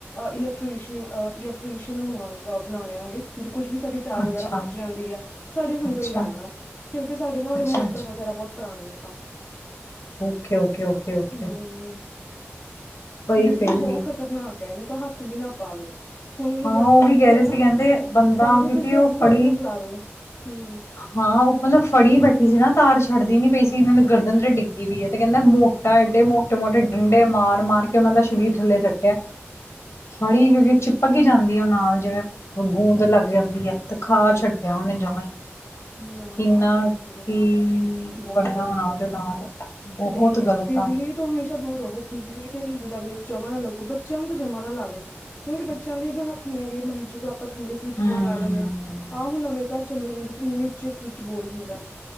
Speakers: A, on the left (about 30°); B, on the left (about 70°).
A: ਇਲੈਕਟ੍ਰ ਇਲੈਕਟ੍ਰੀਨ ਮੰਗਵਾਨਾ। ਬੁਲਾਉਣਿਆਂਗੇ ਜੇ ਕੁੱਛ ਵੀ ਸਾਡੀ- ਤਾਰ
B: ਅੱਛਾ
A: ਵਗੈਰਾ ਮੱਚ ਜਾਂਦੀ ਹੈ, ਸਾਡੇ ਹੁੰਦਾ
B: ਅੱਛਾ
A: ਹੀ ਰਹਿੰਦਾ ਕਿਉਂਕਿ ਸਾਡੇ ਨਾ ਉਹ ਰੇਮੋਟਰ
B: ਅੱਛਾ ਅੱਛਾ
A: ਵਗੈਰਾ ਬਹੁਤ- ਪੁਰਾਣੀ ਹੈ ਤਾਂ।
B: Okay- okay, okay- okay.
A: ਹਮ
B: ਬਈ
A: ਬਿਜਲੀ
B: ਫੇਰ
A: ਬਹੋਤ
B: ਵੀ
A: ਖ਼ਤਰਨਾਕ ਹੈ ਇਹਨੂੰ ਤਾਂ ਹੱਥ ਵੀ ਨਾ ਪਾਵੇ, ਤੁਹਾਨੂੰ ਜੇ
B: ਹਾਂ
A: ਜਾਣ-
B: ਉਹ ਵੀ ਕਹਿ
A: ਨਹੀਂ
B: ਰਹੇ
A: ਹੈ ਨਾ,
B: ਸੀ ਕਹਿੰਦੇ ਬੰਦਾ
A: ਤਾਂ ਵੀ
B: ਕਿਉਂਕਿ
A: ਕਿਸੇ
B: ਉਹ
A: ਐਕਸਪਰਟ
B: ਫੜੀ
A: ਨੂੰ ਬੁਲਾਵੇ ਹੂੰ।
B: ਹਾਂ ਉਹ ਮਤਲਬ ਫੜੀ ਬੈਠੀ ਸੀ ਨਾ ਤਾਰ ਛੱਡਦੀ ਨੀ ਪਈ ਸੀ ਇਹ ਨੂੰ ਗਰਦਨ ਤੇ ਡਿੱਗੀ ਵੀਈ ਹੈ ਤੇ ਕਹਿੰਦਾ ਮੋ- ੱਟਾ ਏਡੇ ਮੋਟੇ- ਮੋਟੇ ਡੰਡੇ ਮਾਰ- ਮਾਰ ਕੇ ਉਹਨਾਂ ਦਾ ਸਰੀਰ ਥੱਲੇ ਸੱਟਿਆ। ਫੜੀ ਜਿਵੇੰ ਉਹ ਚਿਪਕ ਜਾਂਦੀ ਹੈ ਨਾਲ ਜਿਵੇਂ, ਗੂੰਦ ਲੱਗ ਜਾਂਦੀ ਆ। ਤੇ ਖਾ ਛੱਡਿਆ ਉਹਨੇ ਜਮਾ ਹੀ।
A: ਨਾ-
B: ਕਿੰਨਾ
A: ਨਾ ਵਾਹਿਗੁਰੂ ਨਾਲ
B: ਕੀ
A: ਹੈੈਂ ਬਹੋਤ
B: ਬਣਿਆ
A: ਗ਼ਲਤ
B: ਹੋਣਾ
A: ਹੈ
B: ਉਹਦੇ
A: ਇਹ ਚੀਜ਼
B: ਨਾਲ
A: ਤਾਂ
B: ਬਹੁਤ
A: ਨਹੀਂ- ਨਹੀਂ
B: ਗ਼ਲਤ
A: ਬਿਜਲੀ-
B: ਆ
A: ਤੋਂ ਹਮੇਸ਼ਾ ਦੂਰ ਰਹੋ ਬਿਜਲੀ ਤੇ ਲਵੇ ਜਮਾ ਨਾ ਲੱਗੋ ਬੱਚਿਆਂ ਨੂੰ ਤਾਂ ਜਮਾ ਨਾ ਲਾਵੇ। ਕਿਉਂਕਿ ਬੱਚੇਆਂ ਦੇ ਜੋ ਹੱਥ ਨੇਗੇ ਮਤਲਬ ਜਦੋਂ ਆਪ ਆਪਾਂ ਥੱਲੇ ਸਵਿਚ
B: ਹਮ
A: ਬੋਰਡ ਲੈ ਦੇਨੇ ਆਂ, ਆਮ ਨਵੇਂ ਘਰ ਚੱਲੇ ਹੁੰਦੇ ਜਿੱਥੇ ਨੀਚੇ ਸਵਿਚ ਬੋਰਡ ਹੁੰਦੈ।